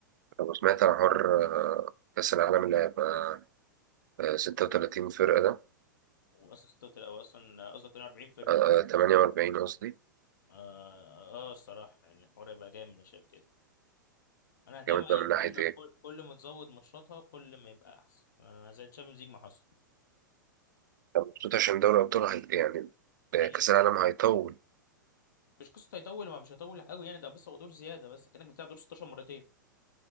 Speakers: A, on the right; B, on the left.
A: أنا سمعت عن حوار آه، كأس العالم اللي هيبقى آه، ستة وتلاتين فرقة ده
B: هو اصلا 46 او اصلا قصدي 42
A: آه،
B: فرق
A: آه، تمانية وأربعين قصدي
B: اه اه الصراحه يعني الحوار يبقى جامد انا شايف كده انا دايما
A: جامد بقى
B: اي
A: من
B: بطوله
A: ناحية إيه
B: كل كل ما تزود ماتشاتها كل ما يبقى احسن آه زي الشامبيونز ليج ما حصل
A: أنا مبسوط عشان دوري الأبطال هي يعني آه،
B: إيه؟
A: كأس العالم هيطول
B: مش قصه هيطول ما مش هيطول قوي يعني ده بس هو دور زياده بس كانك بتلعب دور 16 مرتين